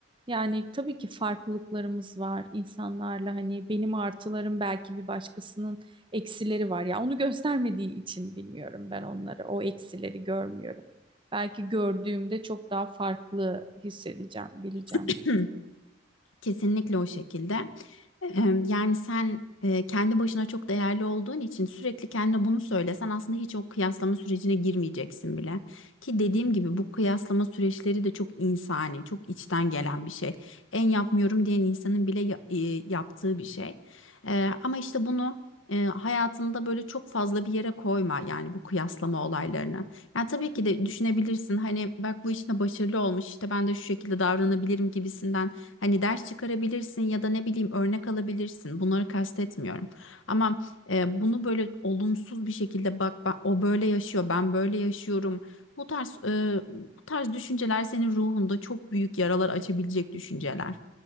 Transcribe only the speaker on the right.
yani tabii ki farklılıklarımız var insanlarla hani benim artılarım belki bir başkasının eksileri var ya onu göstermediği için bilmiyorum ben onları o eksileri görmüyorum. Belki gördüğümde çok daha farklı hissedeceğim, bileceğim.